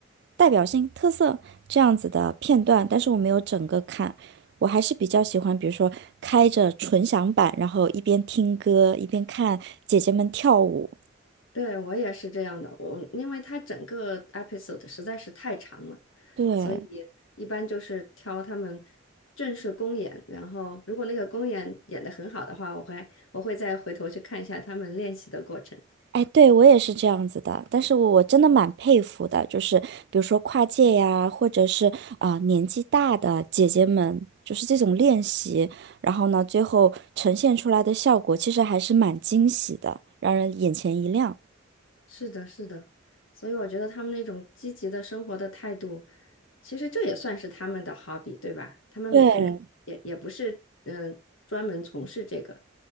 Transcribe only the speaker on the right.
代表性、特色这样子的片段，但是我没有整个看。我还是比较喜欢，比如说开着纯享版，然后一边听歌一边看姐姐们跳舞。
对，
哎，对，我也是这样子的，但是我我真的蛮佩服的，就是比如说跨界呀，或者是啊、呃年纪大的姐姐们，就是这种练习，然后呢，最后呈现出来的效果其实还是蛮惊喜的，让人眼前一亮。
对，